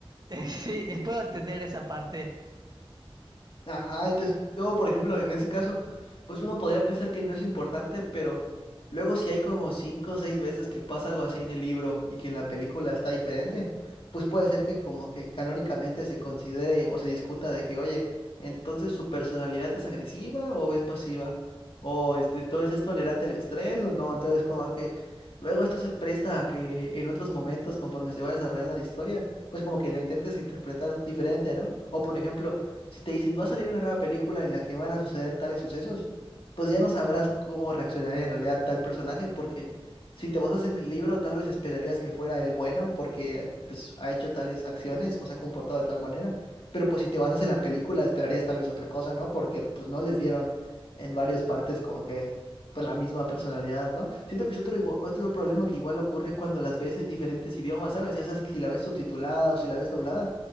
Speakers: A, on the right; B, on the left.
A: <laughs> sí, puedo entender esa parte
B: Ajá, entonces, luego, por ejemplo, en ese caso, pues uno podría pensar que no es importante, pero luego si hay como cinco o seis veces que pasa algo así en el libro y que en la película está diferente, pues puede ser que como que canónicamente se considere o se discuta de que, oye, entonces su personalidad es agresiva o es pasiva, o este, entonces es tolerante al estrés o no, entonces como que luego esto se presta a que en otros momentos, conforme se va desarrollando la historia, pues como que la intentes interpretar diferente, ¿no? O por ejemplo, si te dicen, va a salir una nueva película en la que van a suceder tales sucesos, pues ya no sabrás cómo reaccionar en realidad tal personaje, porque si te basas en el libro, tal vez esperarías que fuera el bueno, porque pues ha hecho tales acciones o se ha comportado de tal manera. Pero pues si te basas en la película, esperarías tal vez otra cosa, ¿no? Porque pues no les dieron en varias partes como que pues la misma personalidad, ¿no? Siento que es otro, igua- otro problema que igual ocurre cuando las ves en diferentes idiomas, ¿sabes? Ya sabes que si la ves subtitulada o si la ves doblada